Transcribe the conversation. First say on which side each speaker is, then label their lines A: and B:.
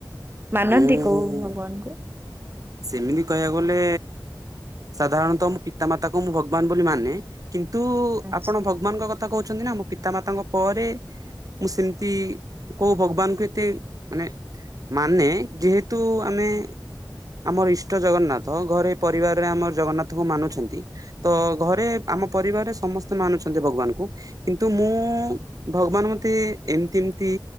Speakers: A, on the right; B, on the right.
A: ମାନନ୍ତି
B: ମୁଁ
A: କୋଉ ଭଗବାନ କୁ?
B: ସେମିତି କହିବାକୁ ଗଲେ ସାଧାରଣତଃ ମୋ ପିତାମାତାକୁ ମୁଁ ଭଗବାନ ବୋଲି ମାନେ। କିନ୍ତୁ
A: ଆଚ୍ଛା।
B: ଆପଣ ଭଗବାନଙ୍କ କଥା କହୁଛନ୍ତି ନା ମୁ ପିତା ମାତାଙ୍କ ପରେ ମୁଁ ସେମିତି କହୁ ଭଗବାନଙ୍କୁ ଏତେ ମାନେ ମାନେ ଯେହେତୁ ଆମେ ଆମର ଇଷ୍ଟ ଜଗନ୍ନାଥ ଘରେ ପରିବାରରେ ଆମର ଜଗନ୍ନାଥଙ୍କୁ ମାନୁଛନ୍ତି। ତ ଘରେ ଆମ ପରିବାରରେ ସମସ୍ତେ ମାନୁଛନ୍ତି ଭଗବାନଙ୍କୁ। କିନ୍ତୁ ମୁଁ ଭଗବାନ ମତେ ଏମିତି ଏମତି